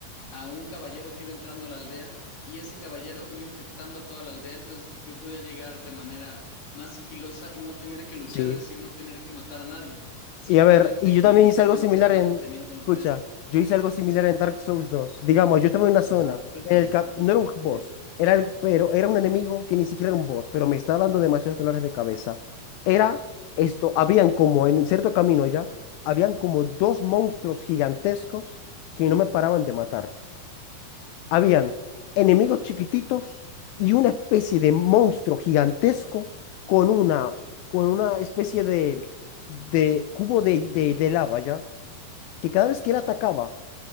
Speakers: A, on the left; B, on the left.
A: a un caballero que iba entrando a la aldea y ese caballero iba infectando a toda la aldea, entonces yo podía llegar de manera más sigilosa y no tener que luchar,
B: sí.
A: es decir, no tener que matar a nadie, simplemente
B: Y a ver, y yo
A: como
B: también hice algo
A: en
B: similar
A: lo que estaban
B: en,
A: teniendo la
B: escucha,
A: peste.
B: yo hice algo similar
A: Sí,
B: en Dark Souls dos Digamos, yo estaba en una zona,
A: wow, cuéntame.
B: en el cap- no era un boss,
A: Sí,
B: era el- pero era un enemigo que ni siquiera era un boss, pero me estaba dando demasiados dolores de cabeza. Era esto, habían como en cierto camino ya, habían como dos monstruos gigantescos que no me paraban de matar. Habían enemigos chiquititos y una especie de monstruo gigantesco con una, con una especie de, de cubo de, de, de lava, ¿ya? Que cada vez que él atacaba,